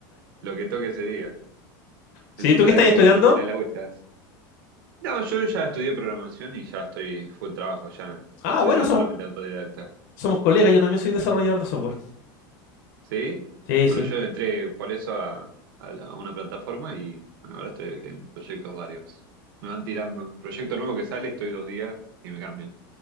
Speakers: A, on the right; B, on the left.
A: lo que toque ese día.
B: Sí,
A: Encima
B: ¿tú qué
A: de
B: estás
A: algo
B: estudiando?
A: que vos tirás la vuelta. No, yo ya estudié programación y ya estoy full trabajo, ya
B: Ah,
A: estudio
B: bueno, somos,
A: solamente autodidacta.
B: somos colegas, yo también soy desarrollador de software.
A: ¿Sí?
B: Sí,
A: Bueno,
B: sí.
A: yo entré por eso a, a la- a una plataforma y bueno, ahora estoy en proyectos varios. Me van tirando. Proyecto nuevo que sale, estoy dos días y me cambian.